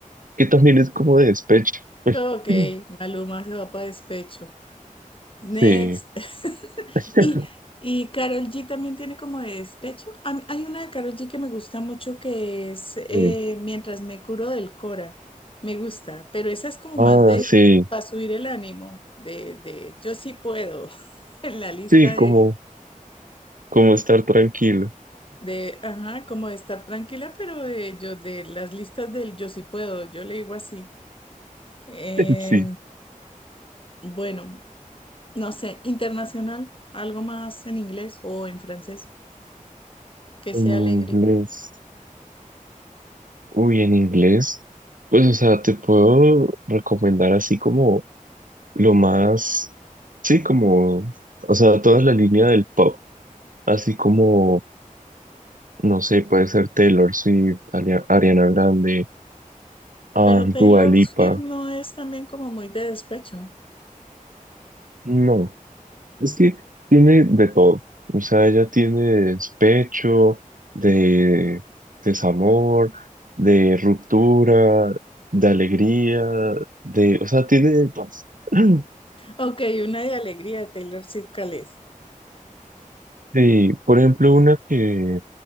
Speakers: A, on the right; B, on the left.
A: que también es como de despecho. <clears throat>
B: Ok,
A: <laughs>
B: Maluma se va para despecho. Next.
A: Sí.
B: <laughs>
A: <laughs>
B: Y, y Karol G también tiene como de despecho. A mí- hay una de Karol G que me gusta mucho que es eh,
A: Sí.
B: Mientras me curo del Cora. Me gusta, pero esa es como más
A: Ah,
B: de
A: sí.
B: para subir el ánimo, de, de yo sí puedo, <laughs> en la lista
A: Sí, como,
B: de,
A: como estar tranquilo.
B: de, ajá, como de estar tranquila, pero de, yo, de las listas del yo sí puedo, yo le digo así. Em,
A: <laughs> Sí.
B: bueno, no sé, internacional, algo más en inglés o en francés, que
A: En
B: sea alegre.
A: inglés. Uy, en inglés. Pues, o sea, te puedo recomendar así como lo más. Sí, como. O sea, toda la línea del pop. Así como, no sé, puede ser Taylor Swift, Ari- Ariana Grande, ah,
B: Pero Taylor
A: Dua Lipa.
B: Swift no es también como muy de despecho.
A: No. Es que tiene de todo. O sea, ella tiene despecho, de desamor, de ruptura, de alegría, de... O sea, tiene de todo. <clears throat>
B: Ok, una de alegría de Taylor Swift, ¿cuál es?
A: Y, por ejemplo, una que